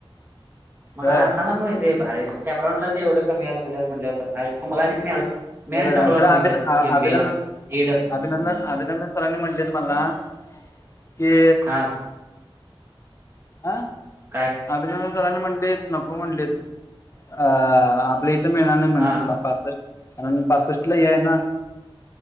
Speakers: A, on the right (about 25°); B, on the left (about 30°).
A: म
B: होय
A: आरामात मिळतय आरे कॅप्रंड ला एवढं कमी यायेलग्ल्यवर म्हटल्यावर काय. मला मिळा मिळा मी
B: होय
A: आणि टाकलो
B: खरं
A: असतो
B: अभि
A: इथं एमबी
B: अभिनंदन
A: ला एड.
B: अभिनंदन अभिनंदन सरांनी म्हटलेत मला कि.
A: हा
B: आं.
A: काय.
B: अभिनंदन सरांनी म्हणलेत नको म्हणलेत अ. आपला इथं मिळणार नाही म्हणे
A: हा
B: तुला पासष्ट आणि पासष्ट ला आहे ना.